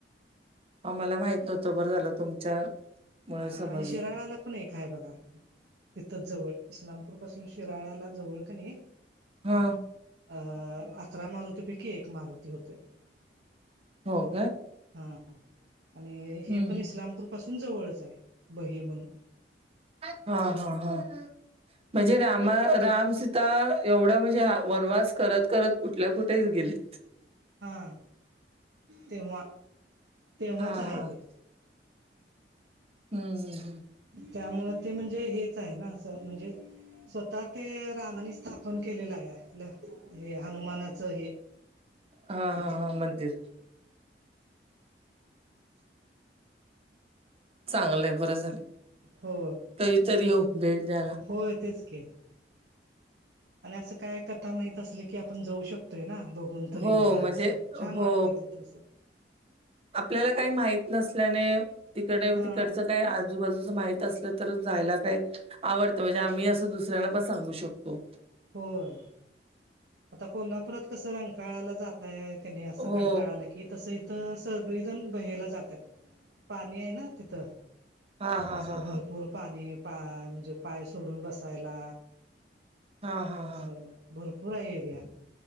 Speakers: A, on the right; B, on the right.
A: आम्हाला माहित नव्हतं बरं झालं तुमच्या मुळे
B: हा
A: समजलं
B: आणि शिराळाला पण एक काय बघा तिथंच जवळ इस्लामपूर पासून शिराळाला जवळ की नाही.
A: हा.
B: अ अकरा मारुतीपैकी एक मारुती होतोय.
A: हो काय
B: हा आणि हे
A: हम्म
B: पण इस्लामपूर पासून जवळच आहे बहे म्हणून
A: हा हा हा. म्हणजे रामा रामसीता एवढा म्हणजे हा वनवास करत करत कुठल्या कुठेच गेलेत.
B: हा तेव्हा तेव्हाच
A: हा
B: आहे
A: हा
B: ते.
A: हम्म हम्म हम्म.
B: त्यामुळं ते म्हणजे हेच आहे ना असं म्हणजे स्वतः ते रामाने स्थापन केलेलं आहे ल हे हनुमानाचं हे
A: हा
B: तिथं.
A: हा हा मंदिर चांगलंय बरं झालं.
B: हो
A: कधीतरी येऊ भेट द्यायला
B: होय तेच की. आणि असं काय कथा माहित असली की आपण जाऊ शकतोय ना बघ बघून तरं
A: हो
B: येऊया
A: म्हणजे
B: असं छान
A: हो
B: वाटतंय तिथं असं.
A: आपल्याला काही माहीत नसल्याने तिकडे
B: हा
A: तिकडचं काय आ आजूबाजूच माहित असलं तर जायला काही आवडतं म्हणजे आम्ही असं दुसऱ्यांना पण सांगू शकतो.
B: होय. आता कोल्हापुरात कसं रंकाळाला जातायं क नाही असं
A: हो
B: कंटाळा आला की कि तसं इथं सगळेजण बहेला जातात पाणी आहे ना तिथं
A: हा हा
B: असं
A: हा
B: भरपूर
A: हा
B: पाणी पा म्हणजे पाय सोडून बसायला
A: हा हा
B: असं
A: हा
B: भरपूर आहे एरिया